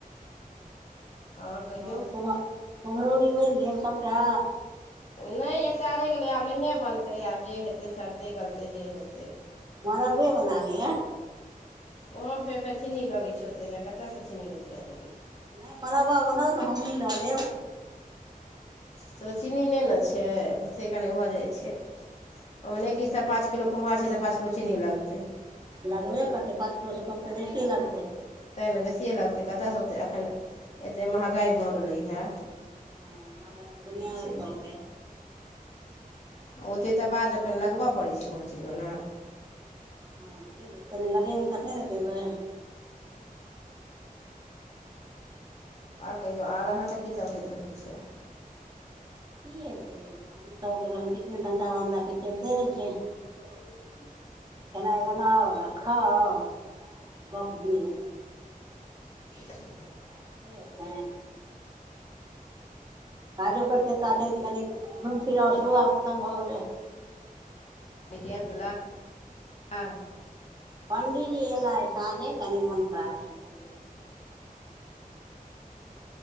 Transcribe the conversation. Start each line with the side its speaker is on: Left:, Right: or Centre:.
Left: आओर कहियौ
Right: ह ने कुम कुमरोर बैल गेल सबटा
Left: नहि एकटा रहि गेलै आब नहिए बनतै आब जे हेतै सटतै गलतै जे हेतै
Right: मरब्बे बना लियए
Left: ओहोमे फेर फेर चीनी लगैत छैै ओतेक ने कतयसँ चीन्नी ओतेक अ लगबै
Right: नै मरबा बनाउ तऽ हमहीँ लऽ लेब
Left: त चीनी नहि ने छै से कनि भऽ जाइत छै ओहिमे नहि किछ त पाँच किलो कुम्हर छै तऽ पाँच किलो चीनी लगतै
Right: लगबे करतै पाँच किलो सए कमकेऽ बेसीए लगतै
Left: तैँ ने बेसिए लगतै कतयसँ ओतेक एखन एतेक महँगाइ भऽ गेलैए
Right: हँ महगाइ तऽ दुनिया
Left: छैह
Right: के कहलकै
Left: ओते त बाद अपन लगब परे छै कोनो चीजमे नहि
Right: हँ से तऽ कने लगेबै तखने ने खेबै
Left: ओर कहियौ आर अहाँके कीत होइत रहै छै
Right: की हेते हमू सब त किछ ने धंधा बन्धा के खेलते रह सु खेनाइ बनाउ आ खाउ आ गप्प दियो सए
Left: छैहे
Right: कहैत छै एखे काजो करतै तऽ कनि घुमि फिरउ सेहो
Left: आओर
Right: आब खतम भऽ गेलै
Left: प
Right: पंडीजी एला साँझे कनी मन खराब छनि पंडीजी के